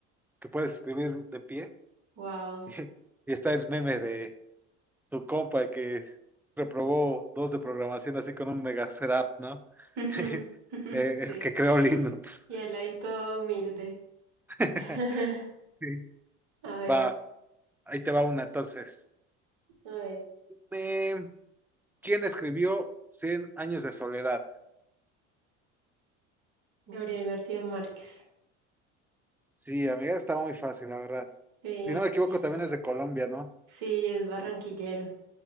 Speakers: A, in the centre; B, on the right.
A: que puedes escribir de pie.
B: wow.
A: <laughs> Y, está el meme de tu compa que reprobó dos de programación así con un mega setup, ¿no?
B: <laughs>
A: <laughs> Eh,
B: Sí.
A: El que creó Linux.
B: Y él ahí todo humilde.
A: <laughs>
B: <laughs>
A: Sí.
B: A ver,
A: Va, ahí te va una entonces.
B: a ver.
A: Eh, ¿quién escribió Cien años de soledad?
B: Gabriel García Márquez.
A: Sí, amiga, estaba muy fácil, la verdad.
B: Sí,
A: Si no me equivoco,
B: sí.
A: también es de Colombia, ¿no?
B: Sí, es barranquillero.